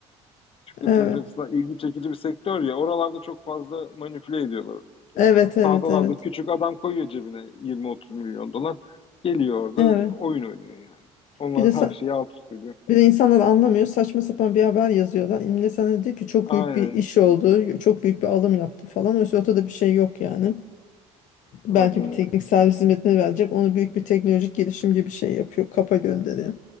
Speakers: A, on the left; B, on the left.
A: Türk yatırımcı
B: Evet.
A: açısından ilgi çekici bir sektör ya. Oralarda çok fazla manipüle ediyorlar
B: Evet evet
A: Tahtalarda
B: evet.
A: küçük adam koyuyor cebine 20-30 milyon dolar. Geliyor orada
B: Evet.
A: oyun oynuyor yani. Onlar
B: Bir de sa-
A: her şeyi alt üst ediyor.
B: bir de insanlar anlamıyor. Saçma sapan bir haber yazıyorlar. İmle sana diyor ki çok
A: Aynen.
B: büyük bir iş oldu. Çok büyük bir alım yaptı falan. Oysa ortada bir şey yok yani. Belki
A: Aynen
B: bir teknik
A: öyle.
B: servis hizmetine verecek. Onu büyük bir teknolojik gelişim gibi bir şey yapıyor. Kapa gönderiyor.